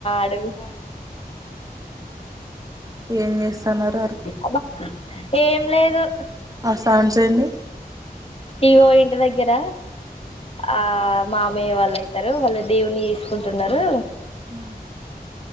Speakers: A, on the left (about 35°); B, on the right (about 20°).
A: అడుగు
B: ఏం చేస్తన్నారు అర్
A: అబా ఏం లేదు
B: ఆ సౌవుండ్స్ ఎంది
A: ఇగో ఇంటి దగ్గర ఆ మామయ్య వాళ్ళు అైతారు వాళ్ళు దేవుని తీసుకుంటున్నారు
B: అ